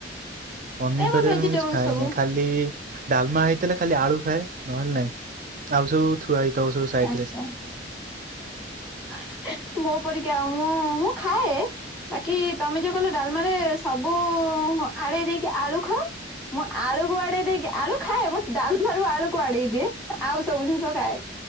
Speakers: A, on the right; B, in the centre.
A: ପନିପରିବାରେ
B: ଏ ମ ଭେଜିଟେବୁଲ
A: ମୁଁ କିଛି ଖାଏନି
B: ସବୁ?
A: ଖାଲି ଡାଲମା ହେଇଥିଲେ ଖାଲି ଆଳୁ ଖାଏ। ନହେଲେ ନାଇ ଆଉ ସବୁ ଥୁଆ ହେଇଥିବ ସବୁ ସାଇଡରେ।
B: ଆଚ୍ଛା। <unintelligible> ମୋ ପରିକା ମୁଁ ମୁଁ ଖାଏ ବାକି ତମେ ଯୋଉ କହିଲ ଡାଲମାରେ ସବୁ। ଓହୋ ଆଡେ ଦେଇକି ଆଳୁ ଖାଅ? ମୁଁ ଆଳୁକୁ ଆଡେଇ ଦେଇକି ଆଳୁ ଖାଏ ବଟ୍ ଡାଲମାରୁ ଆଳୁକୁ ଆଡେଇ ଦିଏ ଆଉ ସବୁ ଜିନିଷ ଖାଏ।